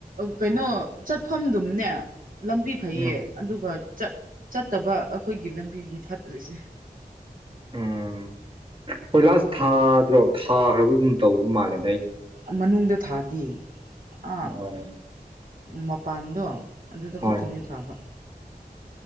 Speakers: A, on the right; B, on the right.
A: ꯀꯩꯅꯣ ꯆꯠꯐꯝꯗꯨꯝꯅꯦ ꯂꯝꯕꯤ ꯐꯩꯌꯦ
B: ꯎꯝ
A: ꯑꯗꯨꯒꯠ ꯆꯠꯇꯕ ꯑꯩꯈꯣꯏꯒꯤ ꯂꯝꯕꯤꯅꯤ ꯐꯠꯇ꯭ꯔꯤꯁꯦ
B: ꯎꯝ ꯀꯣꯏ ꯂꯥꯁ ꯊꯥꯗ꯭ꯔꯣ ꯊꯥꯈ꯭ꯔꯕꯒꯨꯝ ꯇꯧꯕ ꯃꯥꯜꯂꯦ
A: ꯃꯅꯨꯡꯗ ꯊꯥꯗꯤ ꯑ
B: ꯑꯣ
A: ꯃꯄꯥꯟꯗꯣ ꯑꯗꯨꯗ ꯈꯛꯇꯅꯦ
B: ꯍꯣꯏ
A: ꯊꯥꯕ